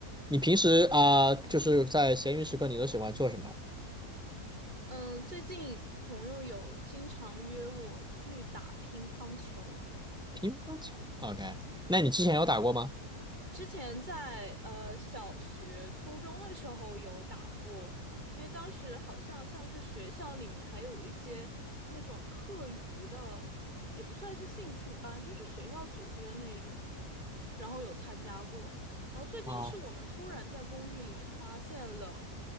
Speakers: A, in the centre; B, on the right (about 30°).
A: 你平时啊、呃就是在闲余时刻，你都喜欢做什么？
B: 嗯，最近朋友有经常约我去打乒乓球。
A: 乒乓球。OK，那你之前有打过吗？
B: 之前在呃小学、初中的时候有打过，因为当时好像像是学校里面还有一些那种课余的，也不算是兴趣班，就是学校组织的那种，然后有参加过。然后最近是我们突然在公寓里面发现了
A: 啊，